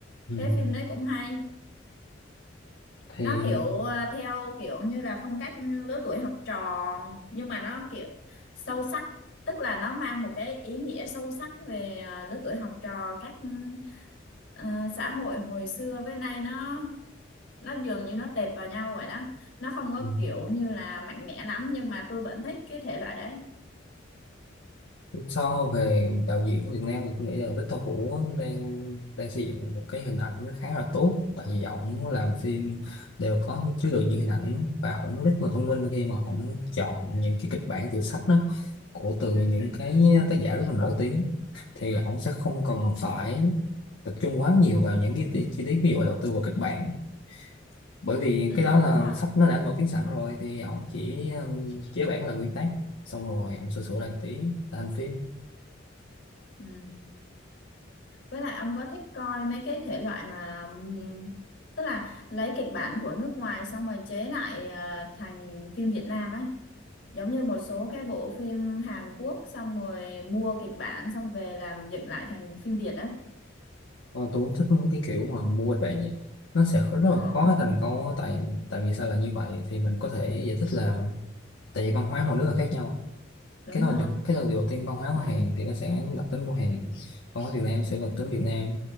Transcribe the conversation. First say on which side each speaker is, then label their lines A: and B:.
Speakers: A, on the left (about 80°); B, on the left (about 70°).
A: ừ.
B: cái phim đấy cũng hay
A: thì
B: nó kiểu à, theo kiểu như là phong cách lứa tuổi học trò nhưng mà nó kiểu sâu sắc tức là nó mang một cái ý nghĩa sâu sắc về à, lứa tuổi học trò cách ừ, ờ, xã hội hồi xưa với nay nó nó dường như nó tệp vào nhau vậy đó nó không có
A: ừ.
B: kiểu như là mạnh mẽ lắm nhưng mà tôi vẫn thích cái thể loại đấy
A: so về đạo diễn của Việt Nam thì tôi nghĩ là Victor Vũ đang đang xây dựng một cái hình ảnh khá là tốt tại vì ổng làm phim đều có chứa đựng những hình ảnh và ổng rất là thông minh khi mà ổng chọn những cái kịch bản từ sách đó của từ những cái
B: ừ
A: tác giả rất là nổi tiếng thì ổng sẽ không cần phải tập trung quá nhiều vào những cái ti- chi tiết ví dụ là đầu tư vào kịch bản bởi vì
B: ừ
A: cái đó là
B: đúng rồi
A: sách nó đã nổi tiếng sẵn rồi thì ổng chỉ um, chế bản là nguyên tác xong rồi ổng sửa sửa lại một tí là thành phim
B: ừ. với lại ông có thích coi mấy cái thể loại mà ừm, tức là lấy kịch bản của nước ngoài xong rồi chế lại ờ, thành phim Việt Nam á giống như một số cái bộ phim Hàn Quốc xong rồi mua kịch bản xong về làm dựng lại thành phim Việt á
A: Còn tôi cũng thích cái kiểu mà mua kịch bản vậy nó sẽ khó- rất là
B: ờ
A: khó thành công á tại tại vì sao là như vậy thì mình có thể giải thích là tại vì văn hóa mỗi nước là khác nhau
B: đúng
A: cái đó
B: rồi
A: đừng cái đó đầu tiên văn hóa của
B: ừ
A: Hàn thì nó sẽ đặc tính của Hàn văn hóa Việt Nam sẽ đặc tính Việt Nam